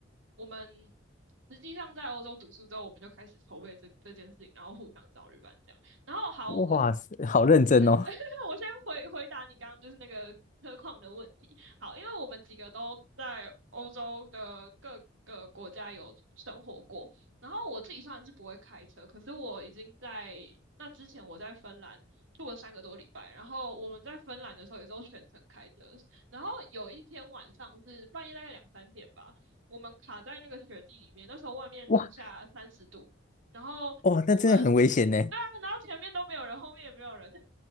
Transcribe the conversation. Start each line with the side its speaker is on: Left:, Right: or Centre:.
Right: 我们实际上在欧洲读书之后，我们就开始筹备这这件事情，然后互相找旅伴这样。然后好，我我
Left: 哇塞，好认真哦。
Right: <laughs> 我先回回答你刚刚就是那个车况的问题。好，因为我们几个都在欧洲的各个国家有生活过，然后我自己虽然是不会开车，可是我已经在那之前我在芬兰住了三个多礼拜，然后我们在芬兰的时候也都全程开车，然后有一天晚上是半夜大概两三点吧，我们卡在那个雪地里面，那时候外面零下三十度，
Left: 哇。
Right: 然后我们
Left: 哦，那真的很危险呢。
Right: 对啊，然后前面都没有人，后面也没有人。<laughs> 就